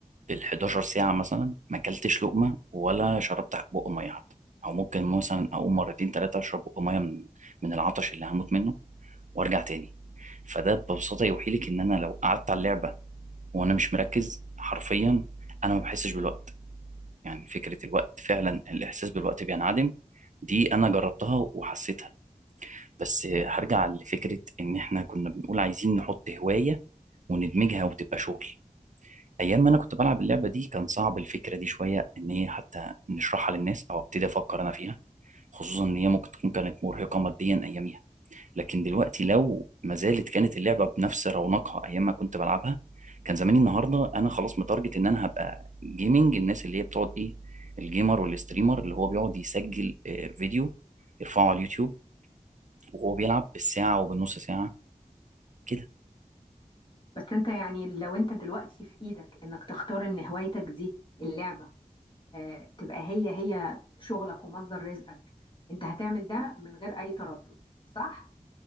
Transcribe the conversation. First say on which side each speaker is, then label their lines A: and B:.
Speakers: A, on the right; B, on the left.
A: بال 11 ساعة مثلا ما اكلتش لقمة ولا شربت بق مية حتى او ممكن مثلا اقوم مرتين تلاتة اشرب بق مية من من العطش اللي هموت منه وارجع تاني فده ببساطة يوحي لك ان انا لو قعدت على اللعبة وانا مش مركز حرفيا انا ما بحسش بالوقت يعني فكرة الوقت فعلا الاحساس بالوقت بينعدم دي انا جربتها وحسيتها بس هرجع لفكرة ان احنا كنا بنقول عايزين نحط هواية وندمجها وتبقى شغل ايام ما انا كنت بلعب اللعبه دي كان صعب الفكره دي شويه ان هي حتى نشرحها للناس او ابتدي افكر انا فيها خصوصا ان هي ممكن تكون كانت مرهقه ماديا اياميها لكن دلوقتي لو ما زالت كانت اللعبه بنفس رونقها ايام ما كنت بلعبها كان زماني النهارده انا خلاص متارجت ان انا هبقى جيمنج الناس اللي هي بتقعد ايه الجيمر والستريمر اللي هو بيقعد يسجل آه، فيديو يرفعه على اليوتيوب وهو بيلعب بالساعه وبالنص ساعه كده
B: بس انت يعني لو انت دلوقتي في ايدك انك تختار ان هوايتك دي اللعبة آه تبقى هي هي شغلك ومصدر رزقك انت هتعمل ده من غير اي تردد صح؟